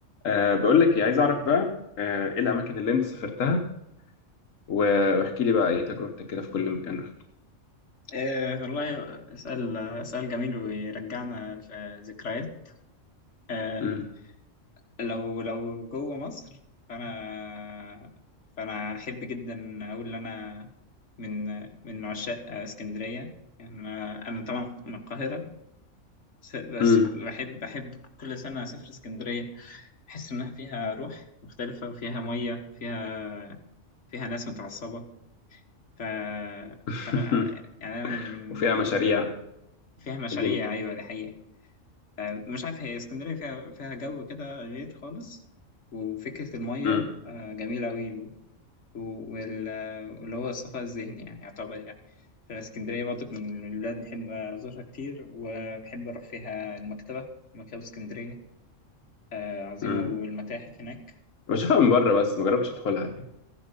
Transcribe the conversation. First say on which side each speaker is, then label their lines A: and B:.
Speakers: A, on the left; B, on the left.
A: أه بقول لك إيه، عايز اعرف بقى آه، ايه الاماكن اللي انت سافرتها و- واحكي لي بقى ايه تجربتك كده في كل مكان رحته
B: آه والله سؤال سؤال جميل ويرجعنا لذكريات آه
A: امم
B: لو لو جوه مصر فأنا فأنا أحب جدا أقول إن أنا من من عشاق اسكندرية يعني أنا أنا طبعا من القاهرة س- بس
A: امم
B: بحب بحب كل سنة أسافر اسكندرية أحس إنها فيها روح مختلفة وفيها مية فيها فيها ناس متعصبة ف...
A: <laughs>
B: فأنا يعني أنا من
A: وفيها مشاريع
B: من فيها مشاريع
A: وجني
B: أيوة دي حقيقة آه، مش عارف هي اسكندرية فيها فيها جو كده غير خالص وفكرة المية
A: امم
B: آه، جميلة أوي و- وال- آه، واللي هو الصفاء الذهني يعني يعتبر يعني في اسكندرية برضك من البلاد بحب أزورها كتير وبحب أروح فيها المكتبة مكتبة اسكندرية آه، عظيمة
A: امم
B: والمتاحف هناك
A: بشوفها من بره بس ما جربتش ادخلها يعني